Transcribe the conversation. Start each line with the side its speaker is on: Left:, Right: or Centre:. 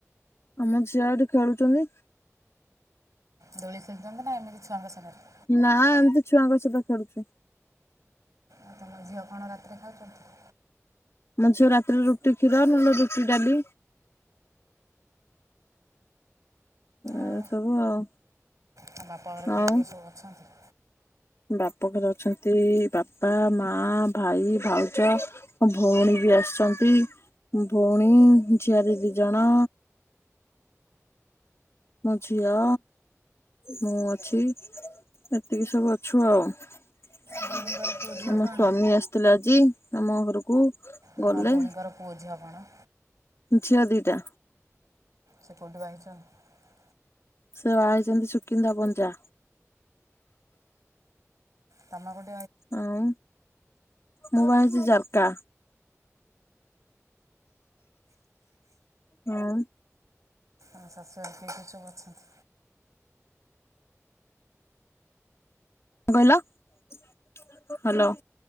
Left: ଆମ ଝିଅ ଏଇଠି ଖେଳୁଛନ୍ତି।
Right: ଦୋଳି ଖେଳୁଛନ୍ତି ନା ଏମିତି ଛୁଆଙ୍କ ସାଙ୍ଗରେ?
Left: ନା ଏମିତି ଛୁଆଙ୍କ ସହିତ ଖେଳୁଛି।
Right: ଆଉ ତମ ଝିଅ କଣ ରାତିରେ ଖାଉଛନ୍ତି?
Left: ମୋ ଝିଅ ରାତିରେ ରୁଟି କ୍ଷୀର ନହେଲେ ରୁଟି ଡାଲି
Right: ଆଉ
Left: ଏ ସବୁ ଆଉ।
Right: ତମ ବାପା ଘର କିଏ
Left: ଆଉ
Right: କିଏ ସବୁ ଅଛନ୍ତି?
Left: ବାପ ଘରେ ଅଛନ୍ତି ବାପା, ମା, ଭାଇ, ଭାଉଜ, ଭଉଣୀ ବି ଆସିଛନ୍ତି ଭଉଣୀ, ଝିଆରି ଦି ଜଣ, ମୋ ଝିଅ, ମୁଁ ଅଛି। ଏତିକି ସବୁ ଅଛୁ ଆଉ। ଆମ
Right: ଭଉଣୀଙ୍କର ପୁଅ ଝିଅ କ'ଣ
Left: ସ୍ଵାମୀ ଆସିଥିଲେ ଆଜ୍ ଜି ଆମ ଘରକୁ।
Right: ତମ
Left: ଗଲେ
Right: ଭଉଣୀଙ୍କର ପୁଅ, ଝିଅ କଣ?
Left: ଝିଅ ଦିଟା।
Right: ସେ କଉଠି ବାହା ହେଇଛନ୍ତି?
Left: ସେ ବାହା ହେଇଛନ୍ତି ସୁକିନ୍ଦା ପଞ୍ଚା।
Right: ତମକୁ ଡି
Left: ଆଉ ମୋବାଇଲ ଜାଲକା ହୁଁ।
Right: ଆମ ଶାଶୁ <unintelligible>
Left: କଣ କହିଲ? ହାଲୋ।